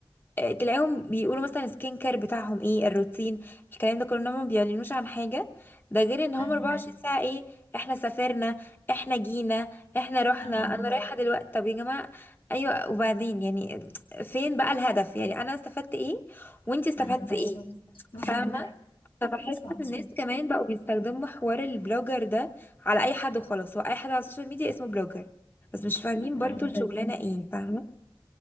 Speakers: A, on the left (about 25°); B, on the left (about 80°).
A: آه، تلاقيهم بيقولوا مثلا السكين كير بتاعهم ايه الروتين الكلام ده كله إنهم ما بيعلنوش عن حاجة ده غير ان هم
B: أيوة
A: 24 ساعة ايه احنا سافرنا احنا جينا احنا رحنا
B: أم
A: انا رايحة دلوقتي طب يا جماعة ايوه وبعدين يعني فين بقى الهدف يعني انا استفدت ايه وانتي استفدتي
B: أيوة بالظبط
A: ايه
B: امم
A: فاهمة فبحس
B: صح
A: ان الناس كمان بقوا بيستخدموا حوار البلوجر ده على اي حد وخلاص هو اي حد على السوشيال ميديا اسمه بلوجر بس مش فاهمين برضو
B: أيوة
A: الشغلانة ايه فاهمة